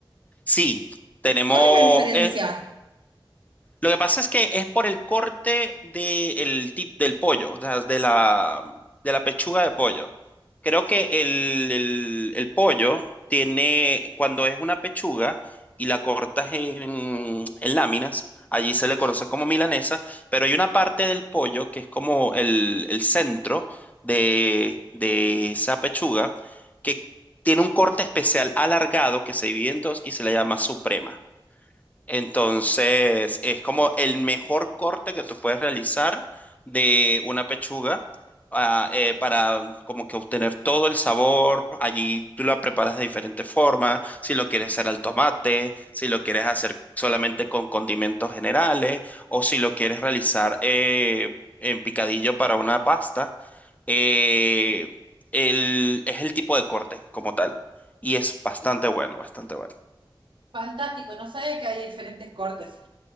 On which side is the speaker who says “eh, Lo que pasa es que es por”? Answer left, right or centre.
Left